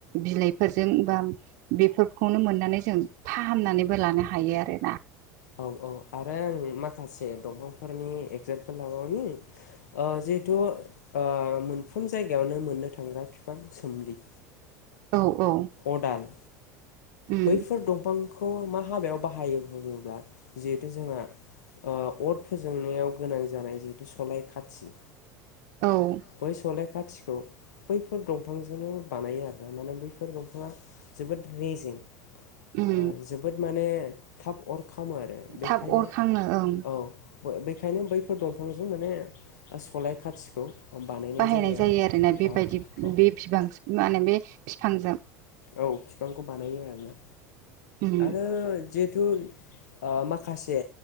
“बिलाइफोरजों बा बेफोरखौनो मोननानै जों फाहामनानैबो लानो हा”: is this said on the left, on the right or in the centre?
Right